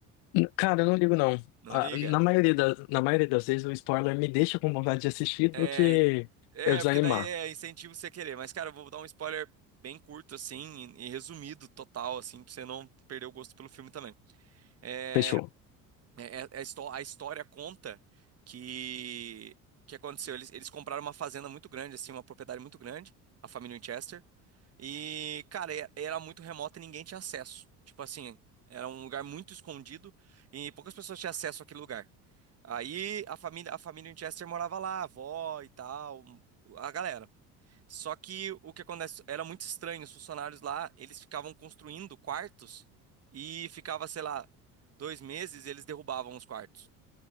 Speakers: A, on the left (about 60°); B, on the right (about 35°).
A: Cara, eu não ligo, não.
B: Não
A: Ah,
B: liga?
A: na maioria da, na maioria das vezes, o spoiler me deixa com vontade de assistir do
B: É,
A: que
B: e- é,
A: eu desanimar.
B: porque daí é incentivo você querer, mas, cara, eu vou dar um spoiler bem curto, assim, e, e resumido, total, assim, pra você não perder o gosto pelo filme também. É,
A: Fechou.
B: É- é- é histó- a história conta que que aconteceu. Eles, eles compraram uma fazenda muito grande, assim, uma propriedade muito grande, a família Winchester. E, cara, e- era muito remota e ninguém tinha acesso. Tipo assim, era um lugar muito escondido e poucas pessoas tinham acesso àquele lugar. Aí a família, a família Winchester morava lá, a avó e tal, a galera. Só que o que acontece era muito estranho. Os funcionários lá, eles ficavam construindo quartos e ficava, sei lá, dois meses, eles derrubavam os quartos.